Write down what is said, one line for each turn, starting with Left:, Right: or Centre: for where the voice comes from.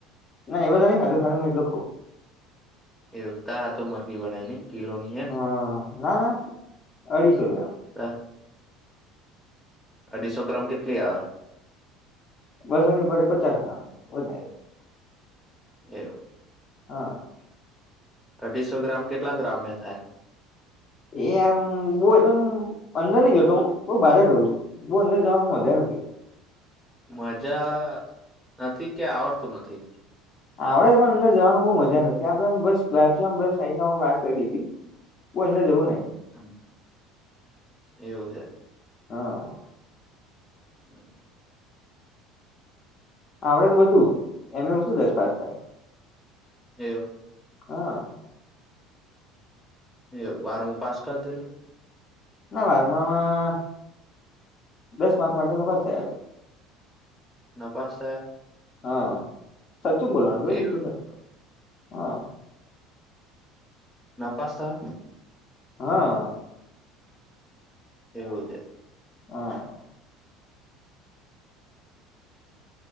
Left: ના એ બધ ન ખાધો ખા એટલ ખુબ.
Centre: એવું તા તો મરધી બનાય ને કિલોની હે ને!
Left: હા ના ના અઢીસો ગ્રામ.
Centre: હ અઢીસો ગ્રામ કેટલી આવે?
Left: બસોની પડે પચાસ ગ્રામ વધારે.
Centre: એવું.
Left: હા
Centre: અઢીસો ગ્રામ કેટલા ગ્રામ થાય?
Left: એ યાર બહ અંદર નહી ગતો હું તો બહારે જું છું. બંધ જવાનું મજા નથી.
Centre: મજા નથી કે આવડતું નથી?
Left: આપડે પણ અંદર જવાનું બહુ મજા ન નથી ત આપણે બસ બાકી બસ સાઈ વાત કરી લીધી કો એને જવું નહી.
Centre: હ <unintelligible> એવું છે.
Left: હા
Centre: હમ <unintelligible>
Left: હ આવડે તો બધું એમ હું શું દસ પાસ થાય.
Centre: એવું.
Left: હા.
Centre: એ બારંમુ પાસ કરી દીધુ.
Left: ના વારમામાં દસ માર્ચ માટે ફસે.
Centre: ના પાાસશે!
Left: હા સાચું બોલોનું
Centre: એવું.
Left: <unintelligible> હા
Centre: ના પાસ્તા.
Left: હા
Centre: એવું છે.
Left: હા